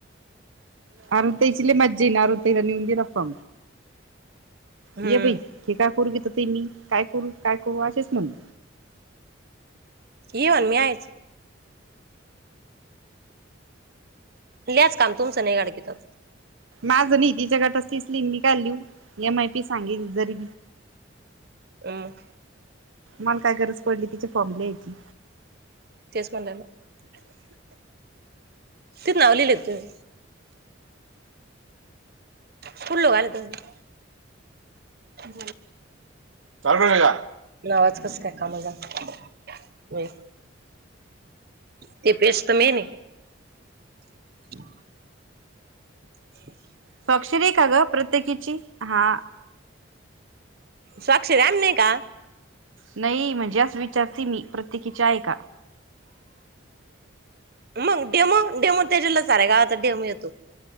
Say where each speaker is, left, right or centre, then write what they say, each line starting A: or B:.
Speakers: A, on the right; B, on the right.
A: अरुण ताईची ल्ये मज्जाईल अरुण ताई आली म्हणजे गप्पा
B: हम्म
A: ये बाई तेकाखूर कती तर ते मी काय करू काय करू असेच म्हण
B: ये मन मी आहेच ल्याच काम तुमचं नाही गाड किता
A: माझं न तिच्या गटाच तीच लिहील मी का लिहू एम माहिती सांगितली जरी
B: हम
A: मला काय गरज पडली तिच्या फॉम ल्यायची
B: तेच म्हनल ना तिथ नाव लीलेत तुम्ही फुल्लो गालीत हम
A: चालू ठेवले का?
B: नावाचा कस काय कामा जा होय ते बेस त मेनये ह <inaudible> ह <inaudible>
A: स्वाक्षरी का ग प्रत्येकीची हा
B: स्वाक्षरी आहेम नाही का
A: नाही म्हणजे आच विचारते मी प्रत्येकीचे आहे का
B: मग डेमो डेमो त्याच्याला साऱ्या गावाचा डेमो येतो